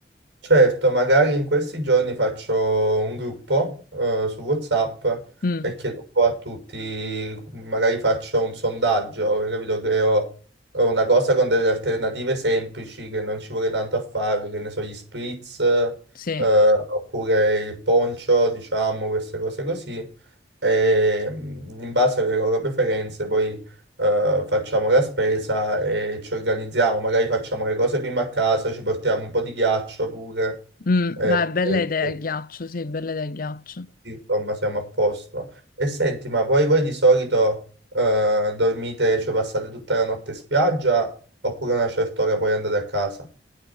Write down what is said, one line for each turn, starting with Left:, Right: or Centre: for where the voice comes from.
Right: Certo, magari in questi giorni faccio un gruppo eh, su WhatsApp
Left: Mm,
Right: e chiedo un po' a tutti, magari faccio un sondaggio, perché capito? Creo eh, una cosa con delle alternative semplici che non ci vuole tanto a fare, che ne so, gli spritz, eh,
Left: sì.
Right: oppure il poncio, diciamo, queste cose così. e mh, in base alle loro preferenze poi eh, facciamo la spesa e ci organizziamo, magari facciamo le cose prima a casa, ci portiamo un po' di ghiaccio pure,
Left: Mm,
Right: e-
Left: beh, bella
Right: e-
Left: idea
Right: così,
Left: il ghiaccio, sì, bella idea il ghiaccio.
Right: insomma siamo a posto. E senti, ma poi voi di solito eh, dormite, cioè passate tutta la notte in spiaggia oppure a una certa ora poi andate a casa?